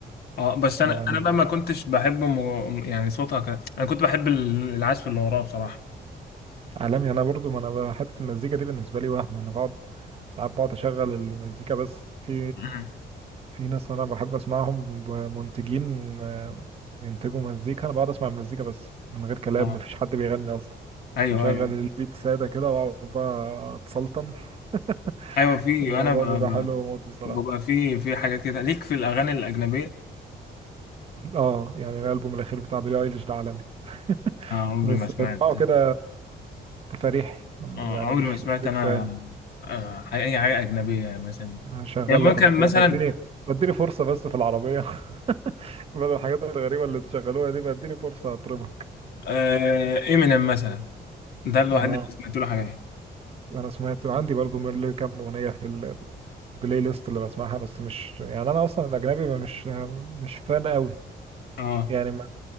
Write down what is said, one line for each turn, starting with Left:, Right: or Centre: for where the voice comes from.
Left: اه بس انا
Right: يعني
Left: انا بقى ما كنتش بحب م... يعني صوتها ك... انا كنت بحب ال- العزف اللي وراه بصراحه
Right: عالمي أنا برضو ما أنا ب- حتة المزيكا دي بالنسبة لي وهم أنا بقعد ساعات بقعد أشغل المزيكا بس في
Left: امم
Right: في ناس أنا بحب أسمعهم ب- منتجين آه، بينتجوا مزيكا أنا بقعد أسمع المزيكا بس من غير كلام
Left: اه
Right: مفيش حد بيغني أصلا
Left: ايوه
Right: أشغل
Left: ايوه
Right: البيت سادة كده وأقعد بقى أتسلطن <laughs>
Left: ايوه في
Right: الموضوع
Left: انا ب... ب...
Right: بيبقى حلو موت بصراحة
Left: ببقى في في حاجات كده ليك في الاغاني الاجنبيه
Right: اه يعني الالبوم الاخير بتاع بيلي ايليش ده عالمي <laughs>
Left: آه عمري
Right: بس
Left: ما سمعت
Right: بسمعه كده تفاريحي
Left: آه
Right: يعني
Left: عمري
Right: مش
Left: ما سمعت
Right: مش بيك
Left: انا
Right: فان
Left: آه اي حاجه اجنبيه مثلا
Right: هشغل
Left: يعني ممكن
Right: لك يا صاحبي
Left: مثلا
Right: اديني اديني فرصه بس في العربيه <laughs> بدل الحاجات الغريبه اللي تشغلوها دي اديني فرصه اطربك
Left: آه، امينيم مثلا ده الواحد
Right: اه
Left: اللي سمعت له حاجات
Right: انا سمعت عندي برضو من اللي كام اغنيه في البلاي ليست اللي بسمعها بس مش يعني انا اصلا الاجنبي ما- مش مش فان قوي
Left: اه
Right: يعني ما-